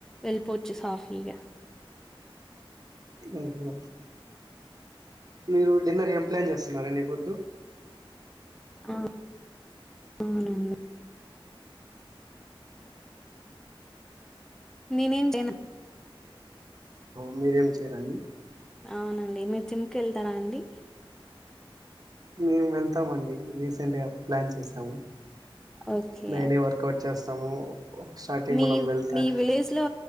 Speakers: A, in the centre; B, on the right.
A: వెళ్లిపోచ్చు సాఫిగా
B: ఓహో మీరు డిన్నర్ ఏం ప్లాన్ చేస్తున్నారండి ఈ పొద్దు
A: ఆ అవునండి నేనేంచేనా
B: హో మీరేం చేయరండి
A: అవునండి మీరు జిమ్కి వెళ్తారా అండి
B: మేము వెళ్తామండి రీసెంట్గా ప్లాన్ చేసాము
A: ఓకే
B: డైలీ వర్కౌట్ చేస్తాము స్టార్టింగ్
A: మీ
B: మనం వెళ్తానే
A: మీ విలేజ్ లో